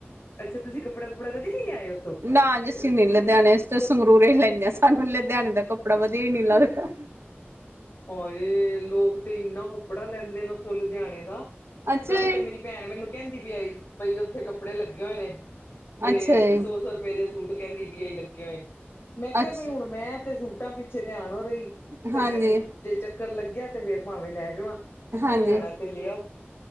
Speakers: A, on the left (about 55°); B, on the right (about 75°).
A: ਅੱਛਾ। ਤੁਸੀ ਕੱਪੜਾ- ਕੁਪੜਾ ਕਦੀ ਨੀ ਲਯਾਏ ਉਥੋਂ?
B: ਨਾ ਜੀ, ਅਸੀ ਨੀ ਲੁਧਿਆਣੇ ਅਸੀ ਤੇ ਸੰਗਰੂਰ ਹੀ ਲੈਣੇ ਆਂ, ਸਾਨੂੰ ਲੁਧਿਆਣੇ ਦਾ ਕੱਪੜਾ ਵਧੀਆ ਈ ਨੀ ਲੱਗਦਾ।
A: ਹਾਏ, ਲੋਕ ਤੇ ਇੰਨਾ ਕੱਪੜਾ ਲੈਂਦੇ ਨੇ ਉਥੋਂ ਲੁਧਿਆਣੇ ਦਾ,
B: ਅੱਛਾ
A: ਕੱਲ
B: ਜੀ
A: ਵੀ ਪੈਣ ਮੈਨੂੰ ਕਹੰਦੀ ਪੀ ਆਈ ਪਈ, ਉੱਥੇ ਕੱਪੜੇ ਲੱਗੇ ਹੋਏ ਨੇ ਤੇ
B: ਅੱਛਾ ਜੀ
A: ਸੌ ਸੌ ਰੁਪਏ ਦੇ ਸੂਟ ਕਹੰਦੀ ਪੀ ਆਈ ਲੱਗੇ ਹੋਏ, ਮੈਂ ਕਹਾ
B: ਅੱਛਾ
A: ਬਈ ਹੁਣ ਮੈਂ ਤੇ ਸੂਟਾਂ ਪਿੱਛੇ ਤੇ ਆਣੌ ਰਈ- ਕਦੀ,
B: ਹਾਂਜੀ
A: ਜੇ ਚੱਕਰ ਲੱਗਆ ਤੇ ਫੇਰ ਪਾਂਵੇਂ ਲੈ ਜਾਵਾਂ। ਤੁਸੀਂ
B: ਹਾਂਜੀ,
A: ਲਿਆਣਾ ਤੇ ਲਿਆਓ